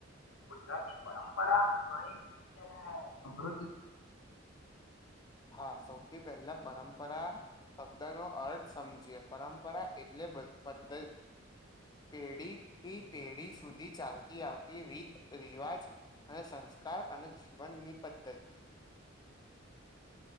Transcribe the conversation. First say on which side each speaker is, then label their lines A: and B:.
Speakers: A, on the left (about 85°); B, on the left (about 20°).
A: ગુજરાતની પરંપરા ઘણીધ અને સમૃદ્ધ
B: <unintelligible> હા, સૌથી પહેલા પરંપરા શબ્દ નો અર્થ સમજીએ પરંપરા એટલે પંદર પેઢી થી પેઢી સુધી ચાલતી આવતી રીત રિવાજ અને સંસ્કાર સરકાર અને જીવનની પદ્ધતિ